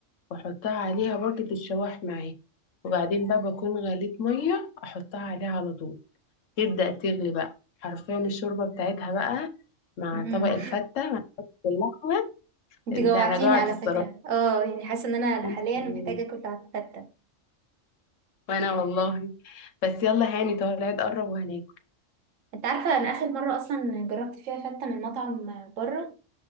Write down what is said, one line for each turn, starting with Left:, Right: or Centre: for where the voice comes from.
Left: واحطها عليها برضه تتشوح معايا وبعدين بقى بكون غليت ميه احطها عليها على طول تبدأ تغلي بقى حرفيا الشوربه بتاعتها بقى مع
Right: مم.
Left: طبق الفتة مع اللحمة
Right: <laughs> انت
Left: انت
Right: جوعتيني
Left: انا جوعت
Right: على
Left: الصراحة
Right: فكرة اه يعني حاسة ان انا
Left: <laughs> وانا
Right: حاليا
Left: كمان.
Right: محتاجة اكل على الفتة
Left: وأنا والله بس يلا هاني طالع قرب وهناك
Right: انت عارفة انا اخر مرة اصلا جربت فيها فتة من مطعم بره